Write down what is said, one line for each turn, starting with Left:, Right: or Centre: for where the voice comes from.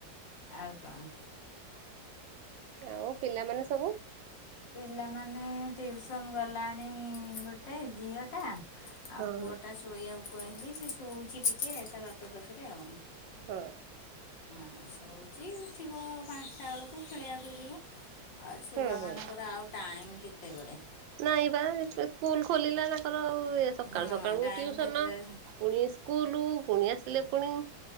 Left: ଆଉ କଣ?
Right: ଆଉ ପିଲାମାନେ ସବୁ?
Left: ପିଲାମାନେ ଟିଉସନ୍ ଗଲାଣି ଗୋଟେ ଝିଅଟା। ଆଉ
Right: ହଁ।
Left: ପୁଅଟା ଶୋଇବାକୁ କହିଲି ସେ ଶୋଉଚି ଟିକେ ତା ବାପା ପାଖରେ ଆଉ।
Right: ହଁ।
Left: ହଁ ଶୋଉଚି ଉଠିବ ପାଞ୍ଚଟା ବେଳକୁ ଖେଳିବାକୁ ଯିବ। ଆଉ ଛୁଆ
Right: ହୁଁ
Left: ମାନଙ୍କର
Right: ହୁଁ।
Left: ଆଉ ଟାଇମ୍ କେତେବେଳେ?
Right: ନାଇଁ ବା ସ୍କୁଲ ଖୋଲିଲା ତାଙ୍କର ଏ ସକାଳୁ
Left: ହଁ
Right: ସକାଳୁ
Left: ଟାଇମ୍
Right: ଟିଉସନ
Left: କେତେଟାରେ
Right: ପୁଣି ସ୍କୁଲୁ ପୁଣି ଆସିଲେ ପୁଣି